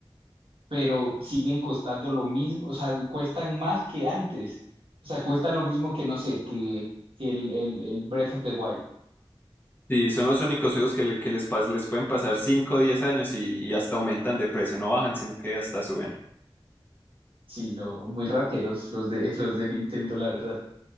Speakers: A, on the right; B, on the left.
A: pero siguen costando lo mismo, o sea, cuestan más que antes, o sea, cuestan lo mismo que, no sé, que, que el, el, el Breath of the Wild,
B: Sí, son los únicos juegos que, le- que les, pas- les pueden pasar 5 o 10 años y, y hasta aumentan de precio, no bajan, sino que hasta suben.
A: sí, no, muy rateros los de, <laughs> los de Nintendo, la verdad.